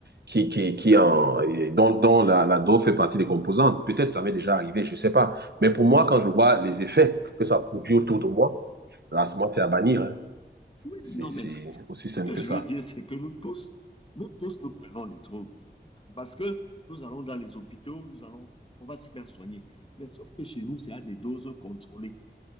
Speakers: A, on the right (about 65°); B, on the left (about 30°).
A: qui, qui, qui en, et dont, dont la, la drogue fait partie des composantes. Peut-être ça m'est
B: Oui,
A: déjà arrivé, je ne sais pas. Mais pour moi, quand je vois les effets que ça produit autour de moi, là, c'est- moi, c'est à bannir. hein.
B: oui,
A: C'est,
B: non,
A: c'est
B: mais c-
A: aussi simple
B: ce que
A: que
B: je
A: ça.
B: veux dire, c'est que nous tous, nous tous, nous prenons les drogues parce que nous allons dans les hôpitaux, nous allons, on va se faire soigner. Mais sauf que chez nous, c'est à des doses contrôlées.